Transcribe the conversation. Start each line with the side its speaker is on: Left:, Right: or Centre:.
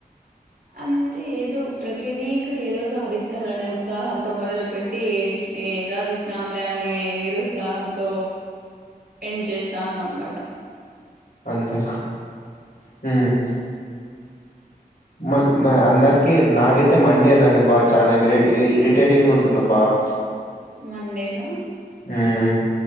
Right: అంతే ఏదో ప్రతి వీక్ ఏదో సాధించాలనే ఉత్సాహంతో మొదలుపెట్టి ఏం సాధించినాంలే అని నిరుత్సాహంతో ఎండ్ చేస్తాం అన్మాట
Left: అంతే హ్మ్ హ్మ్ మ్ <unintelligible> మ అందరికి నాకైతే మండే నాకు బా చానా విరే ఇ ఇరిటేటింగ్ ఉంటుంద బాక్స్
Right: మండేనా
Left: హ్మ్